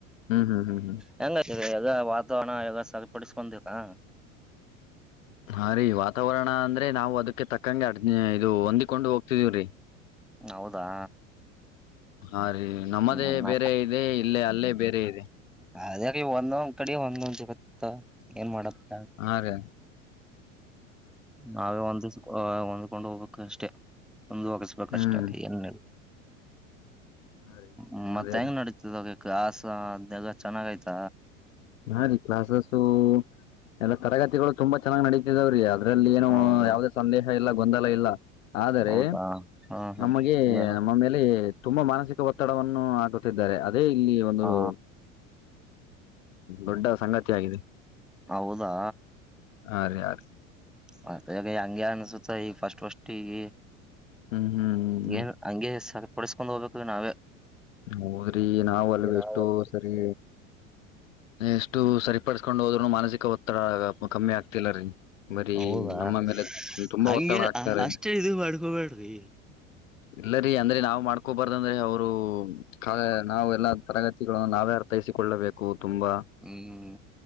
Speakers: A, on the left; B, in the centre.
A: ಹ್ಮ್ ಹ್ಮ್ ಹ್ಮ್ ಹ್ಮ್
B: ಹೆಂಗ ಈಗ ಯಗ ವಾತಾವರಣ ಎಲ್ಲ ಸರಿಪಡಿಸಿಕೊಂಡಿರಾ
A: ಹಾ ರೀ ವಾತಾವರಣ ಅಂದ್ರೆ ನಾವು ಅದಕ್ಕೆ ತಕ್ಕಂ ಅಡ್ ಇದು ಹೊಂದಿಕೊಂಡು ಹೋಗ್ತಿದೀವ್ರಿ
B: ಹೌದಾ
A: ಹಾ ರೀ ನಮ್ಮದೇ
B: ಹ್ಮ್
A: ಬೇರೆ ಇದೆ ಇಲ್ಲೇ ಅಲ್ಲೇ ಬೇರೆ ಇದೆ
B: ಅದ ಒಂದೊಂದ್ ಕಡೆ ಒಂದೊಂದ್ ಜಗತ್ತ ಏನ್ ಮಾಡಪ್ಪ
A: ಹಾ ರೆ
B: ನಾವೇ ಒಂದಿಸ ಹೊಂದ್ಕೊಂಡು ಹೋಗ್ಕ್ ಅಷ್ಟೆ ಮುಂದು ಹೋಗಿಸಬೇಕಷ್ಟ
A: ಹ್ಮ್
B: ಏನ್
A: ಹಾ ರೀ
B: ಹ್ಮ ಮತ್ತೆ
A: ಅದೇ
B: ಹೆಂಗ
A: ರೀ
B: ನಡೀತದ ಕಾಸಗ ಚೆನ್ನಾಗಯ್ತ
A: ಹಾ ರೀ ಕ್ಲಾಸು ಎಲ್ಲ ತರಗತಿಗಳು ತುಂಬಾ ಚೆನ್ನಾಗ್ ನಡತಿದಾವ್ರೀ ಅದರಲ್ಲಿ ಏನು
B: ಹೌದಾ
A: ಯಾವುದೇ ಸಂದೇಹ ಇಲ್ಲ ಗೊಂದಲ ಇಲ್ಲ ಆದರೆ
B: ಹೌದಾ ಹಾ ಹಾ
A: ನಮಗೆ
B: ಏನು
A: ನಮ್ಮ ಮೇಲೆ ತುಂಬಾ ಮಾನಸಿಕ ಒತ್ತಡವನ್ನು ಹಾಕುತ್ತಿದ್ದಾರೆ ಅದೇ ಇಲ್ಲಿ ಒಂದು್ಮ
B: ಹಾ
A: ದೊಡ್ಡ ಸಂಗತಿ ಆಗಿದೆ
B: ಹೌದಾ
A: ಯಾರ ಯಾರು
B: ಮ ಈಗ ಹಂಗಗೆ ಅನ್ಸುತ್ತ ಈ ಫಸ್ಟ್ ಫಸ್ಟ್ ಈಗ
A: ಹ್ಮ್ ಹ್ಮ್ ಹ್ಮ್ ಹ್ಮ್
B: ಏನ್ ಹಂಗೆ ಸರಿಪಡಸ್ಕೊಂಡ್ ಹೋಗ್ಬೇಕುದು ನಾವೇ
A: ಹೌದ್ರಿ ನಾವ ಅಲ್
B: ನಾವು
A: ಎಷ್ಟೋ ಸರಿ ಎಷ್ಟು ಸರಿಪಡಸ್ಕೊಂಡು ಹೋದ್ನು ಮಾನಸಿಕ ಒತ್ತಡ ಕಮ್ಮಿ ಆಗ್ತಿಲ್ಲರೀ ಬರೀ
B: ಹೌದಾ
A: ನಮ್ಮ ಮೇಲೆ ತುಂಬಾ
B: ಹಂಗೆ
A: ಒತ್ತಡ ಆಕ್ತಾರೆ
B: ಅಷ್ಟೇ ಇದು ಮಾಡ್ಕೊಬೇಡ್ರಿ
A: ಇಲ್ಲರಿ ಅಂದ್ರೆ ನಾ್ ಮಾಡ್ಕೋಬಾರ್ದ ಅಂದ್ರೆ ಅವರು ಕ ನಾವು ಎಲ್ಲಾ ತರಗತಿಗಳನ್ನು ನಾವೇ ಅರ್ಥೈಸಿಕೊಳ್ಳಬೇಕು ತುಂಬಾ
B: ಹ್ಮ್